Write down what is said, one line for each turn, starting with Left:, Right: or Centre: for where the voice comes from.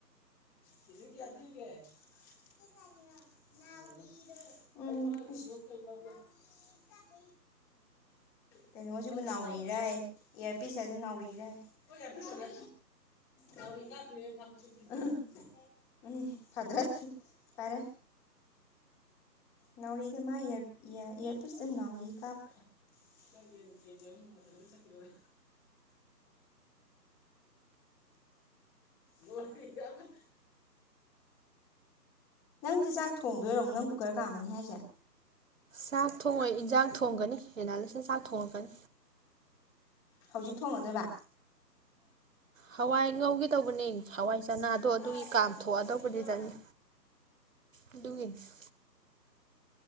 Centre: ꯀꯦꯖꯤ ꯀꯌꯥ ꯄꯤꯔꯤꯒꯦ ꯆꯠꯂꯤꯅꫭ ꯅꯥꯎꯔꯤꯗꫭ ꯎꯝ ꯏꯁ ꯅꯥꯎꯔꯤ ꯀꯥꯠ ꯀꯩꯅꯣꯁꯤꯕꯨ ꯅꯥꯎꯔꯤꯔꯌꯦ ꯏꯌꯥꯔꯄꯤꯁ ꯍꯥꯏꯁꯦ ꯅꯥꯎꯔꯤꯔꯌ ꯡꯦ ꯅꯥꯎꯔꯤ ꯅꯥꯎꯔꯤ ꯀꯥꯞꯄꯤꯅꯤꯅꯥ ꯄꯥꯠ ꯆꯤꯡ ꯆꯤꯡꯊꫭꯛ ꯎꯝ ꯐꯗꯥꯠ ꯐꯔꯦ ꯅꯥꯎꯔꯤꯗ ꯃꯥ ꯏꯌꯥꯔꯄꯤꯁꯇ ꯅꯥꯎꯔꯤ ꯀꯥꯞꯈ꯭ꯔꯦ ꯅꯪ ꯌꯦꯟ ꯀꯦꯖꯤ ꯑꯍꯨꯝ ꯃꯃꯥꯜꯁꯦ ꯂꯣꯏ ꯆꯠꯈꯤꯗꫭꯔꯦ ꯂꫭꯏꯔ ꯑꯃ ꯅꯪꯁꯦ ꯆꯥꯛ ꯊꯣꯡꯗꯣꯏꯔꯣꯃꯨꯛ ꯅꯪ ꯀꯨꯀꯔ ꯀꯥꯝꯃꯅꯤ ꯍꯥꯏꯁꯦ
Right: ꯆꯥꯛ ꯊꯣꯡꯉꯣꯏ ꯏꯟꯖꯥꯡ ꯊꯣꯡꯒꯅꯤ ꯑꯦꯅꯥꯂꯤꯁꯟ ꯆꯥꯛ ꯊꯣꯡꯉꯒꯅꯤ
Centre: ꯍꯧꯖꯤꯛ ꯊꯣꯡꯉꯗꯕ
Right: ꯍꯋꯥꯏ ꯉꯧꯒꯦꯗꯧꯕꯅꯦ ꯍꯋꯥꯏ ꯆꯅꯥꯗꯣ ꯑꯗꯨꯒꯤ
Centre: ꯍꯥ
Right: ꯀꯥꯝꯊꯣꯛꯑꯗꯧꯕꯅꯤꯗꯅꯤ
Centre: ꯀꯔꯤꯅꯣ ꯑꯃꯨꯛ ꯇꯧꯔꯤꯗꯨꯅ
Right: ꯑꯗꯨꯒꯤ